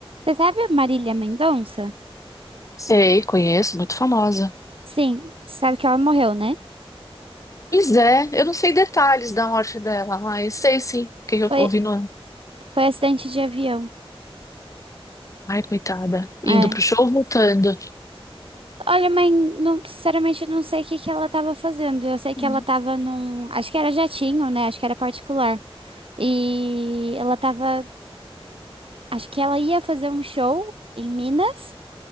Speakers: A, on the right; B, on the left.
A: Você sabe a Marília Mendonça?
B: Sei, conheço, muito famosa.
A: Sim, você sabe que ela morreu, né?
B: Pois é, eu não sei detalhes da morte dela, mas sei sim, que eu
A: Foi,
B: ouvi no...
A: foi acidente de avião.
B: Ai, coitada, indo
A: É.
B: pro show, voltando.
A: Olha, mãe, não, sinceramente, eu não sei o que que ela tava fazendo. Eu sei que
B: Hum.
A: ela tava num. Acho que era jatinho, né? Acho que era particular. E ela tava. Acho que ela ia fazer um show em Minas.